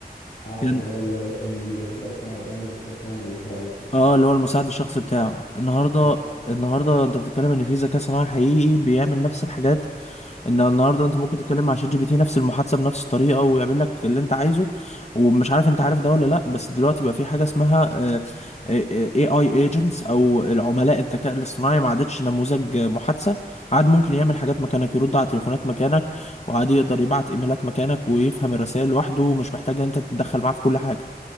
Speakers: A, on the left; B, on the left.
A: عارفه
B: كان
A: اللي هو ال- الذكاء الاصطناعي برنامج الذكاء الاصطناعي اللي بيرد عليه
B: اه اللي هو المساعد الشخصي بتاعه النهارده
A: بالظبط
B: النهارده انت بتتكلم ان في ذكاء صناعي حقيقي بيعمل نفس الحاجات ان النهارده انت ممكن تتكلم مع شات جي بي تي نفس المحادثه بنفس الطريقه ويعمل لك اللي انت عايزه ومش عارف انت عارف ده ولا لا بس دلوقتي بقى في حاجه اسمها اي اي ايجنتس او العملاء الذكاء الاصطناعي ما عادتش نموذج محادثه عاد ممكن يعمل حاجات مكانك يرد على تليفونات مكانك وعاد يقدر يبعت ايميلات مكانك ويفهم الرسائل لوحده ومش محتاج ان انت تتدخل معاه في كل حاجه